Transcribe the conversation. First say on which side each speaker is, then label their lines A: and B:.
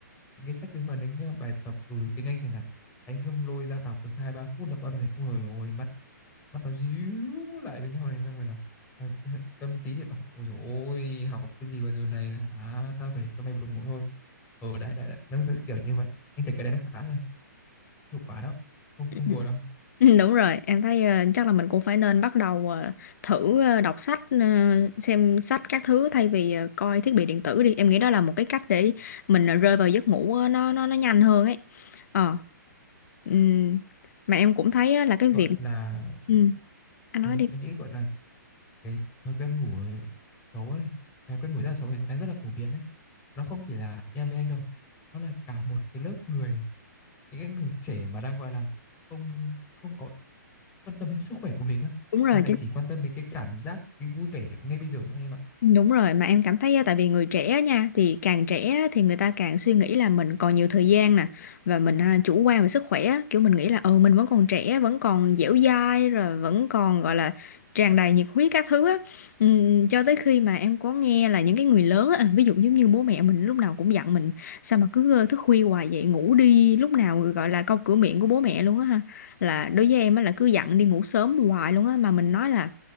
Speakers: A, on the left; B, on the left.
A: những cái sách liên quan đến ờ, bài tập ừ, tiếng Anh chẳng hạn anh cứ lôi ra đọc được hai ba phút là bắt đầu thấy ôi ôi mắt mắt nó díu lại với nhau này xong rồi là à, <laughs> tâm trí thì bảo ôi dồi ôi học cái gì vào giờ này hả ta phải cho mày buồn ngủ thôi ở đấy đấy đấy nó sẽ kiểu như vậy anh thấy cái đấy nó khá là hiệu quả đó không
B: Ừ.
A: không đùa đâu
B: Ừ, Đúng rồi, em thấy ờ, chắc là mình cũng phải nên bắt đầu ờ, thử ờ, đọc sách, ờ, xem sách các thứ thay vì ờ, coi thiết bị điện tử đi. Em nghĩ đó là một cái cách để mình ờ, rơi vào giấc ngủ ờ, nó nó nó nhanh hơn ấy. Ờ, ừm, mà em cũng thấy á, là cái
A: gọi
B: việc,
A: là
B: ừ, anh
A: ờ,
B: nói đi.
A: anh nghĩ gọi là cái thói quen ngủ xấu này cái quen ngủ rất là xấu này đang rất là phổ biến đấy nó không chỉ là em với anh đâu nó là cả một cái lớp người những cái người trẻ mà đang gọi là không không có quan tâm đến sức khỏe của mình á
B: Đúng rồi,
A: mà lại
B: chính
A: chỉ quan tâm đến cái cảm giác cái vui vẻ ngay bây giờ anh em ạ
B: Đúng rồi, mà em cảm thấy á, tại vì người trẻ á nha thì càng trẻ á, thì người ta càng suy nghĩ là mình còn nhiều thời gian nè và mình à, chủ quan về sức khỏe á, kiểu mình nghĩ là ừ mình vẫn còn trẻ, vẫn còn dẻo dai rồi vẫn còn gọi là tràn đầy nhiệt huyết các thứ á. Ừm, cho tới khi mà em có nghe là những cái người lớn á, ví dụ giống như bố mẹ mình lúc nào cũng dặn mình sao mà cứ ờ, thức khuya hoài vậy, ngủ đi, lúc nào gọi là câu cửa miệng của bố mẹ luôn á ha. Là đối với em á là cứ dặn đi ngủ sớm hoài luôn á mà mình nói là